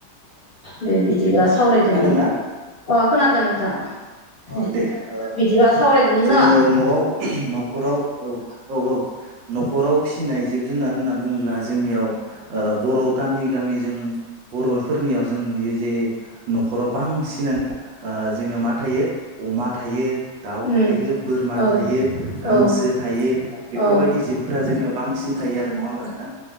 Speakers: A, on the left; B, on the right.
A: दे बिदिबा सावरायदोनि
B: खोनादों ना
A: अ खोनादों नोंथां। <inaudible>
B: अ दे ओ
A: बिदिबा सावरायदोनि
B: जोङो
A: न
B: न'आव उम न'खराव औ औ औ न'खराव फिसिनाय जिब जुनार होनना बुङोब्ला जोंनियाव ओ बर' गामि गामि जों बर'फोरनियाव जों नुयो जे न'खराव बांसिनानो ओ जोंनिया मा थायो अमा थायो। दाउ
A: उम
B: थायो बोरमा
A: औ
B: थायो हांसो
A: औ
B: थायो बेफोरबायदि
A: औ
B: जिबफोरा जोंनियाव बांसिन थायो आरो नङा होमब नोंथां